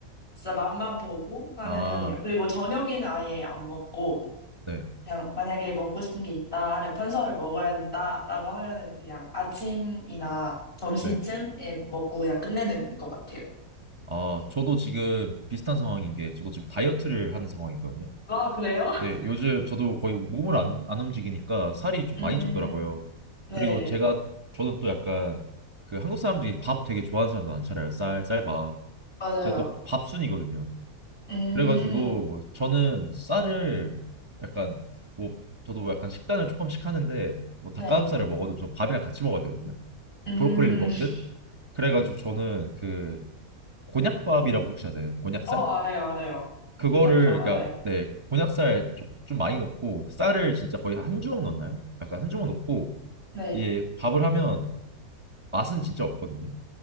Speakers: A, on the left; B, on the right.
A: 진짜 맛만 보고 하는
B: 아,
A: 편이에요. 그리고 저녁에는 아예 안 먹고
B: 네.
A: 그냥 만약에 먹고 싶은 게 있다 하면 탄수화물 먹어야 된다라고 하면은 그냥 아침이나 점심쯤에
B: 네.
A: 먹고 그냥 끝내는 것 같아요.
B: 아, 저도 지금 비슷한 상황인 게 저도 지금 다이어트를 하는 상황이거든요.
A: 아, 그래요? <laughs>
B: 네, 요즘 저도 거의 몸을 안, 안 움직이니까 살이 좀
A: 음,
B: 많이 쪘더라고요.
A: 네.
B: 그리고 제가 저는 또 약간 그 한국 사람들이 밥 되게 좋아하는 사람들 많잖아요. 쌀, 쌀밥.
A: 맞아요.
B: 제가 또 밥순이거든요.
A: 음,
B: 그래가지고 저는 쌀을 약간 뭐 저도 약간 식단을 조금씩 하는데 뭐 닭가슴살을
A: 네.
B: 먹어도 저 밥이랑 같이 먹어야 되거든요.
A: 음,
B: 브로콜리를 먹든
A: <laughs>
B: 그래가지고 저는 그 곤약밥이라고 혹시 아세요? 곤약쌀?
A: 어, 알아요, 알아요.
B: 그거를
A: 곤약밥 알아요.
B: 그러니까 네 곤약살 조- 좀 많이 넣고 쌀을 진짜 거의 한 주먹 넣나요? 약간 한 주먹 넣고
A: 네.
B: 이게 밥을 하면 맛은 진짜 없거든요.